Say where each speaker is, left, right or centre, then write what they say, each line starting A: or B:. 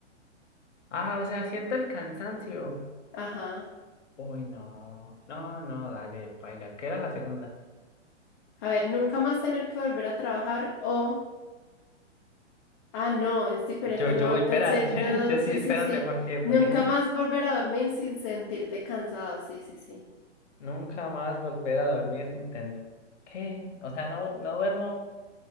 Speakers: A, on the left; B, on the left.
A: Ah, o sea, siento el cansancio.
B: Ajá.
A: Uy, no. No, no, dale, paila. ¿Qué era la segunda?
B: A ver, nunca más tener que volver a trabajar o Ah, no, es diferente,
A: Yo, yo
B: no,
A: voy, espérate.
B: pensé, no,
A: <laughs>
B: no,
A: Yo
B: sí,
A: sí, espérate,
B: sí, sí.
A: ¿por qué? Porque
B: Nunca más volver a dormir sin sentirte cansado, sí, sí, sí.
A: <laughs> nunca más volver a dormir sin tener. ¿Qué? O sea, no, no duermo.